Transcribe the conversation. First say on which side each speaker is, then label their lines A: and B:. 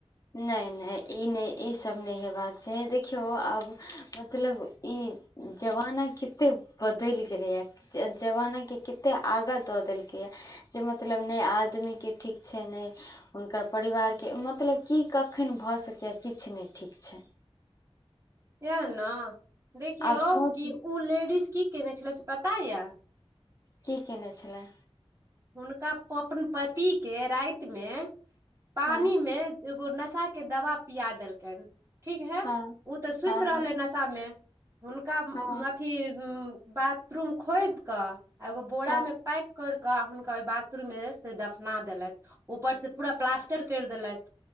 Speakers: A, on the left; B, on the right.
A: नहि नहि ई नहि ईसभ नहि हेबाक चाही देखियौ आब मतलब ई जबाना कते बदलि गेले या जे जबानाके कतेक आगाँ दऽ देलकैए जे मतलब नहि आदमी के ठीक छैय नहि हुनकर परिवार के मतलब की कखन भऽ सकैए किछु नहि ठीक छै
B: यएह न देखियौ
A: आब सोच
B: कि उ लेडीस की केने छलै से पता या
A: की केने छलाय
B: हुनका ओपन पति के राति मे पानि
A: हँ
B: मे एगो नशा के दवा पिया देलकैन ठीक है
A: हँ
B: उ त सुति
A: हँ
B: रहलै
A: हँ
B: नशा हुनका मे हुनका म
A: हँ
B: अथी बाथरूम खोद कऽ आ एगो बोरा
A: हँ
B: मे पैक कर क हुनका ओय बाथरूम मे से दफना देलथि ऊपर से पूरा प्लास्टर करि देलथि